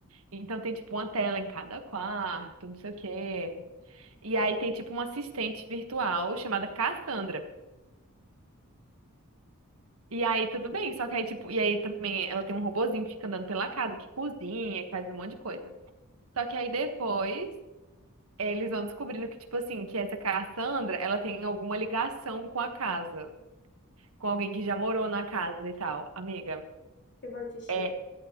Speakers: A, on the right; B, on the left.
A: Então tem, tipo, uma tela em cada quarto, não sei o quê. E aí tem tipo uma assistente virtual chamada Cassandra. E aí tudo bem, só que aí tipo, e aí também ela tem um robozinho que fica andando pela casa, que cozinha, que faz um monte de coisa. Só que aí depois eles vão descobrindo que tipo assim, que essa Cassandra, ela tem alguma ligação com a casa, com alguém que já morou na casa e tal. Amiga,
B: eu vou assistir.
A: é